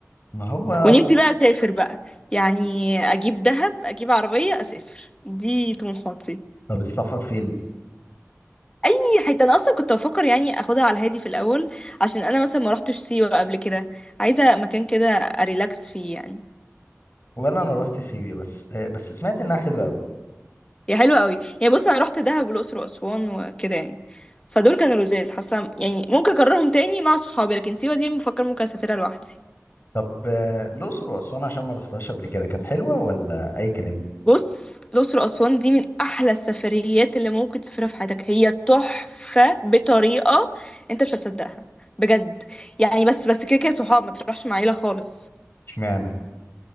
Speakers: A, on the left; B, on the left.
A: ما هو
B: ونفسي بقى اسافر بقى يعني اجيب دهب اجيب عربية اسافر دي طموحاتي
A: طب السفر فين
B: اي حته انا اصلا كنت بفكر يعني اخدها على الهادي في الاول عشان انا مثلا ما روحتش سيوه قبل كده عايزه مكان كده اريلاكس فيه يعني
A: ولا انا رحت سيوة بس آه، بس سمعت انها حلوة قوي
B: هي حلوه قوي يعني بص انا رحت دهب والاقصر واسوان وكده يعني فدول كانوا لذاذ حاسه يعني ممكن اكررهم تاني مع صحابي لكن سيوه دي مفكر ممكن اسافرها لوحدي
A: طب آه، الاقصر واسوان عشان ما رحتهاش قبل كده كانت حلوة ولا اي كلام
B: بص الاقصر واسوان دي من احلى السفريات اللي ممكن تسافرها في حياتك هي تحفه بطريقه انت مش هتصدقها بجد يعني بس بس كده كده صحاب ما تروحش مع عيله خالص
A: اشمعنى